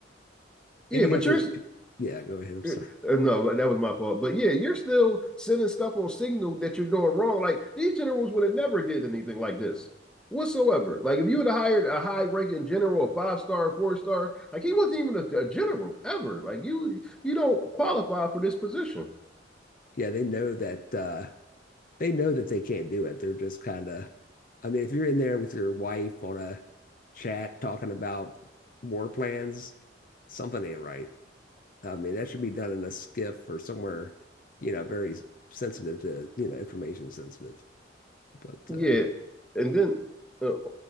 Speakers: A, in the centre; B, on the left.
A: yeah,
B: and you
A: but
B: got those.
A: you're
B: pe- Yeah, go ahead. I'm sorry.
A: uh, No, that was my fault. But yeah, you're still sending stuff on Signal that you're doing wrong. Like these generals would have never did anything like this whatsoever. Like if you would have hired a high ranking general, a five star, four star, like he wasn't even a, a general ever. Like you, you don't qualify for this position.
B: Yeah, they know that uh, they know that they can't do it. They're just kind of, I mean, if you're in there with your wife on a chat talking about war plans, something ain't right. I mean, that should be done in a skiff or somewhere, you know, very s- sensitive to, you know, information sensitive. But
A: Yeah,
B: uh
A: and then uh,